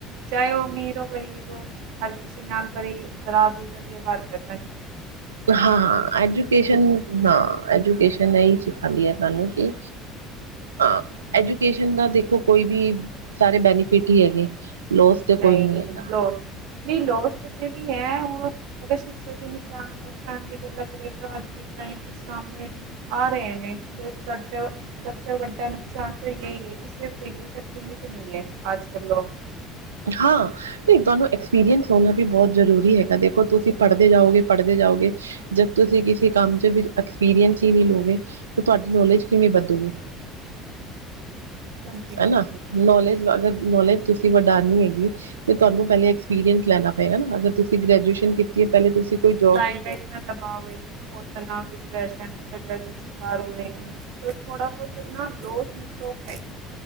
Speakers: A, on the right; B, on the right.
A: ਚਾਹੇ ਉਹ ਅਮੀਰ ਓ ਗ਼ਰੀਬ ਓ। ਹਰ ਕਿਸੇ ਨਾਲ ਬਰੀ-ਬਰਾਬਰੀ ਦਾ ਵਿਵਹਾਰ ਕਰਨਾ ਨੀ ਏ।
B: ਹਾਂ-ਹਾਂ, ਐਜੂਕੇਸ਼ਨ ਨਾ ਐਜੂਕੇਸ਼ਨ ਨਈ ਸਿਖਾਂਦੀ ਆ ਸਾਨੂੰ ਕਿ ਹਾਂ, ਐਜੂਕੇਸ਼ਨ ਦਾ ਦੇਖੋ ਕੋਈ ਵੀ, ਸਾਰੇ ਬੈਨੀਫਿਟ ਈ ਹੈਗੇ, ਲੋਸ ਤੇ
A: ਨਹੀਂ
B: ਕੋਈ ਨੀ ਹੈਗਾ।
A: ਲੋਸ, ਨਹੀਂ ਲੋਸ ਤੇ ਬੇਵੀ ਹੈ ਔਰ। ਅਗਰ ਸ਼ਿਕਸ਼ਾ ਦੇ ਨੁਸ ਨੁਕਸਾਨ ਦੀ ਗੱਲਾਂ ਕਰੇ ਤਾਂ ਅੱਜ ਵੀ ਟਾਈਮ ਵਿੱਚ ਸਾਹਮਣੇ ਆ ਰਏ ਨੇ ਦੇਖ ਸਕਦੇ ਹੋ। ਸਭਸੇ ਵੱਡਾ ਨੁਕਸਾਨ ਤੋ ਏਈ ਏ ਕਿ ਸਿਰਫ ਡਿਗਰੀ ਤੱਕ ਸੀਮਤ ਨੀ ਏ, ਆਜ-ਕੱਲ ਲੋਕ।
B: ਹਾਂ ਨਈ ਤੁਆਨੂੰ ਐਕਸਪੀਰੀਅੰਸ ਹੋਣਾ ਵੀ ਬਹੁਤ ਜ਼ਰੂਰੀ ਹੈਗਾ। ਦੇਖੋ ਤੁਸੀਂ ਪੜਦੇ ਜਾਓਗੇ, ਪੜਦੇ ਜਾਓਗੇ ਜਦ ਤੁਸੀਂ ਕਿਸੀ ਕੰਮ ਚ ਫਿਰ ਐਕਸਪੀਰੀਅੰਸ ਈ ਨਈ ਲੋਗੇ ਤਾਂ ਤੁਆਡੀ ਨੌਲੇਜ ਕਿਵੇਂ ਵਦੂਗੀ।
A: ਹਾਂਜੀ ਹਾਂਜੀ
B: ਹੈ ਨਾ,
A: ਤੇ
B: ਨੌਲੇਜ ਅਗਰ ਨੌਲੇਜ ਤੁਸੀਂ ਵਡਾਨੀ ਹੇਗੀਏ ਤੇ ਤੁਆਨੂੰ ਪਹਿਲੇ ਐਕਸਪੀਰੀਅੰਸ ਲੈਣਾ ਪਏਗਾ ਨਾ, ਅਗਰ ਤੁਸੀਂ ਗ੍ਰੈਜੂਏਸ਼ਨ ਕੀਤੀ ਐ ਪਹਿਲੇ ਤੁਸੀਂ ਕੋਈ ਜੋਬ
A: <inaudible> ਦਬਾਓ ਐ ਕਿ ਉਹ ਤਨਾਓ, ਡਿਪਰੈਸ਼ਨ ਦਾ ਡਰ ਦਾ ਸ਼ਿਕਾਰ ਹੋ ਰਏ ਨੀ। ਤੋ ਥੋੜਾ ਬਹੁਤ ਨਾ ਲੋਸ ਤੋ ਹੈ ਈ।